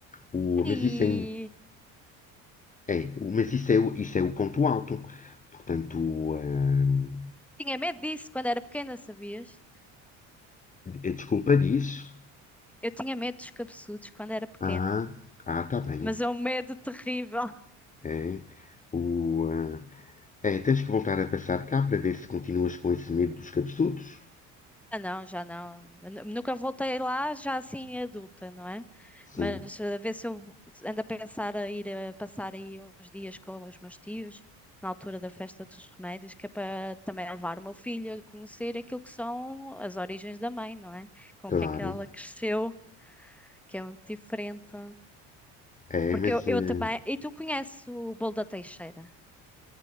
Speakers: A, on the left; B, in the centre.
A: O,
B: E
A: mas isso é, é, o- mas isso é, o- isso é o ponto alto. Portanto, hum,
B: tinha medo disso quando era pequena, sabias?
A: a desculpa diz.
B: Eu tinha medo dos cabeçudos quando era pequena,
A: Ah, ah, tá bem.
B: mas é um medo terrível.
A: É, o, ah, é, tens que voltar a passar cá para ver se continuas com esse medo dos cabeçudos.
B: Ah, não, já não. Eu nu- Nunca voltei lá, já assim adulta, não é?
A: Sim,
B: Mas a ver se eu vo- ando a pensar a ir a passar aí uns dias com os meus tios, na altura da festa dos remédios, que é para também levar o meu filho a conhecer aquilo que são as origens da mãe, não é? Com
A: claro.
B: o que é que ela cresceu, que é muito diferente.
A: É,
B: Porque
A: mas.
B: eu,
A: eh,
B: eu também. E tu conheces o bolo da Teixeira?